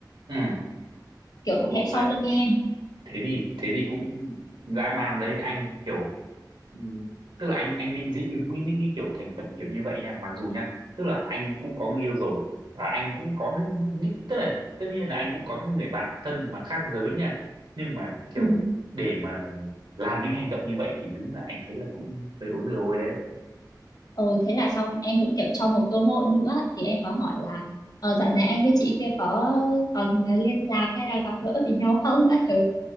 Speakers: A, on the right; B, on the left.
A: Ừ.
B: kiểu
A: Ủa,
B: hẹn sau lưng em
A: thế thì thế thì cũng dã man đấy anh kiểu ừm, tức là anh anh bị dị ứng với những cái kiểu thành phần kiểu như vậy nha mặc dù nha tức là anh cũng có người yêu rồi và anh cũng có những, những tức là tất nhiên là anh cũng có những người bạn thân mà khác giới nha nhưng mà kiểu
B: ừ.
A: để mà làm những hành động như vậy thì đúng là anh thấy là cũng hơi ối rồi ôi đấy
B: ừ thế là xong em cũng kiểu cho một cơ hội nữa thì em có hỏi là ờ, dạo này anh với chị kia có còn liên lạc hay là gặp gỡ với nhau không các thứ